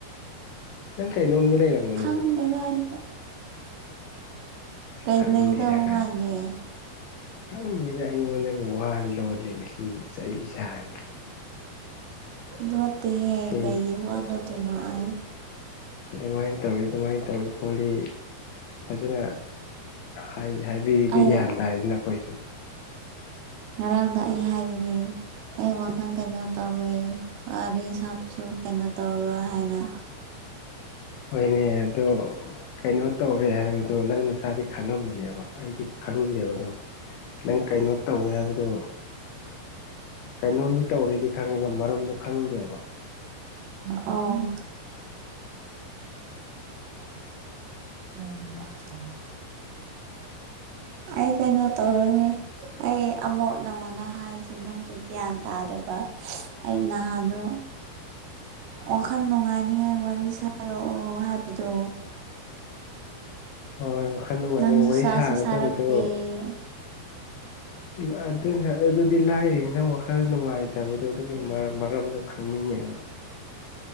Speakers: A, on the left; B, on the right.
A: ꯅꯪ ꯀꯩꯅꯣꯝꯗꯤ ꯂꯩꯔꯝꯒꯅꯤ
B: ꯈꯪꯗꯦꯗ
A: ꯎꯝ
B: <inaudible> ꯀꯩ
A: ꯈꯪꯗꯦꯗ
B: ꯂꯩꯒꯗꯧ
A: ꯀꯥꯏꯅ
B: ꯃꯥꯟꯒꯦ
A: ꯈꯪꯗꯦꯗ ꯑꯩꯉꯣꯟꯗꯒ ꯋꯥ ꯂꯣꯠꯂꯤꯅꯦ ꯁꯤ ꯏ ꯆꯩ ꯆꯥꯅꯤ꯫
B: ꯂꯣꯇꯦꯍꯦ
A: ꯁꯦꯡ
B: ꯀꯩꯒꯤ ꯋꯥ ꯂꯣꯇꯣꯏꯅꯣ ꯑꯩ
A: ꯑꯗꯨꯃꯥꯏ ꯇꯧꯔꯤ ꯑꯗꯨꯃꯥꯏꯅ ꯇꯧꯔꯤ ꯈꯣꯠꯂꯤ ꯐꯖꯅ ꯍꯥꯏ ꯍꯥꯏꯕꯤꯔꯗꯤ
B: ꯑꯩ
A: ꯒꯌꯥꯟ ꯇꯥꯔꯦꯗꯅ ꯑꯥꯈꯣꯏꯁꯨ
B: ꯉꯔꯥꯡꯗ ꯑꯩ ꯍꯥꯏꯗꯨꯗꯤ ꯑꯩ ꯋꯥꯈꯜ ꯀꯩꯅꯣ ꯇꯧꯋꯤ ꯋꯥꯔꯤ ꯁꯥꯕꯁꯨ ꯀꯩꯅꯣ ꯇꯧꯔꯣ ꯍꯥꯏꯅ
A: ꯍꯣꯏꯅꯦ ꯑꯗꯣ ꯀꯩꯅꯣ ꯇꯧꯔꯦ ꯍꯥꯏꯕꯗꯨ ꯅꯪ ꯅꯁꯥꯗꯤ ꯈꯪꯉꯝꯃꯅꯦꯕ ꯑꯩꯗꯤ ꯈꯪꯗꯦꯕ ꯗꯣ ꯅꯪ ꯀꯩꯅꯣ ꯇꯧꯋꯦ ꯍꯥꯏꯕꯗꯣ ꯀꯩꯅꯣꯝꯗꯤ ꯇꯧꯔꯦꯗꯤ ꯈꯪꯉꯦꯕ ꯃꯔꯝꯗꯣ ꯈꯪꯗꯦꯕ꯫
B: ꯑ ꯎꯝ <unintelligible> ꯑꯩ ꯀꯩꯅꯣ ꯇꯧꯔꯅꯤ ꯑꯩ ꯑꯃꯨꯛ ꯅꯉꯣꯟꯗ ꯍꯥꯏꯔꯤꯁꯦ ꯅꯪꯁꯨ ꯒ꯭ꯌꯥꯟ ꯇꯥꯗꯦꯕ ꯑꯩ ꯅꯍꯥꯟꯗꯣ ꯋꯥꯈꯜ ꯅꯨꯡꯉꯥꯏꯅꯤꯉꯥꯏ ꯋꯥꯔꯤ ꯁꯥꯔꯛꯑꯣ ꯍꯥꯏꯕꯗꯣ
A: ꯍꯣꯏ ꯋꯥꯈꯜ ꯅꯨꯡꯉꯥꯏꯅ
B: ꯅꯪꯁꯨ
A: ꯋꯥꯔꯤ
B: ꯁꯥꯁꯨ
A: ꯁꯥꯒꯗꯕꯗꯣ
B: ꯁꯥꯔꯛꯇꯦ
A: ꯎꯝ ꯑꯗꯨꯅ ꯑꯗꯨꯗꯤ ꯂꯥꯏꯔꯤꯅ ꯅꯪ ꯋꯥꯈꯜ ꯅꯨꯡꯉꯥꯏꯇꯕꯗꯣ ꯑꯗꯨꯒꯤ ꯃꯔ ꯃꯔꯝꯗꯣ ꯈꯪꯅꯤꯡꯉꯦꯕ꯫